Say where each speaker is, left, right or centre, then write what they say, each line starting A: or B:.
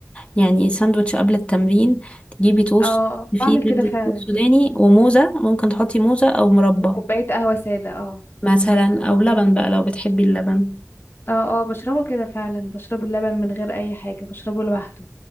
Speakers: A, on the left (about 25°); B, on the left (about 45°).
A: يعني ساندوتش قبل التمرين تجيبي توست
B: اه
A: فيه
B: بعمل كده
A: زبدة
B: فعلا
A: فول سوداني وموزة ممكن تحطي موزة أو مربى
B: وكوباية قهوة سادة اه
A: مثلا أو لبن بقى لو بتحبي اللبن
B: اه اه بشربه كده فعلا بشرب اللبن من غير اي حاجة بشربه لوحده